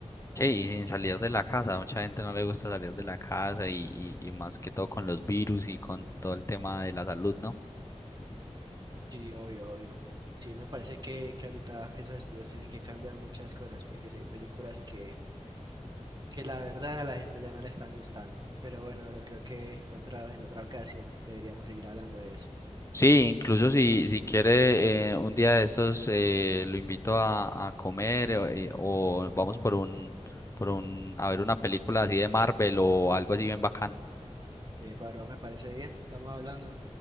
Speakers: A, on the left; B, on the right.
A: Sí, y sin salir de la casa, a mucha gente no le gusta salir de la casa y, y, y más que todo con los virus y con todo el tema de la salud, ¿no?
B: Sí, obvio, obvio. Sí, me parece que, que ahorita esos estudios tienen que cambiar muchas cosas, porque si hay películas que, que la verdad a la gente ya no le están gustando. Pero bueno, bro, creo que otra, en otra ocasión deberíamos seguir hablando de eso.
A: Sí, incluso si, si quiere eh, un día de estos eh, lo invito a, a comer eh, o, y- o vamos por un por un a ver una película así de Marvel o algo así bien bacano.
B: Eh, Pablo, me parece bien, estamos hablando.